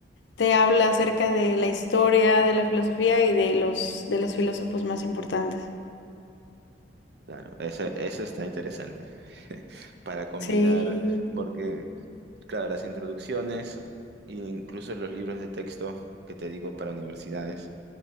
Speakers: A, on the left; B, on the right.
A: te habla acerca de la historia, de la filosofía y de los, de los filósofos más importantes.
B: Claro, eso, eso está interesante para combinar,
A: Sí,
B: porque, claro, las introducciones e incluso los libros de texto que te digo para universidades,